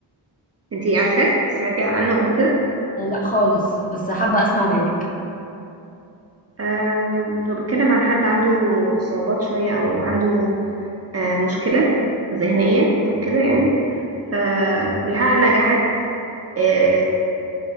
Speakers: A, on the right; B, on the left.
A: انتي عارفاه سمعتي عنه قبل كده
B: لا خالص بس حابة اسمع منك
A: آه، هو بيتكلم عن حد عنده صعوبات شوية أو عنده آه، مشكلة ذهنية أو كده يعني فبيحقق نجاحات آه،